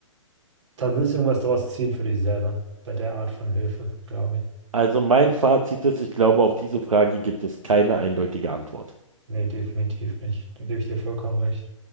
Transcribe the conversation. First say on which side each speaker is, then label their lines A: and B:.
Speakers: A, on the right; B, on the right.
A: Da willst du irgendwas draus ziehen für dich selber, bei der Art von Hilfe, glaube ich.
B: Also mein Fazit ist, ich glaube, auf diese Frage gibt es keine eindeutige Antwort.
A: Nee, definitiv nicht. Da gebe ich dir vollkommen recht.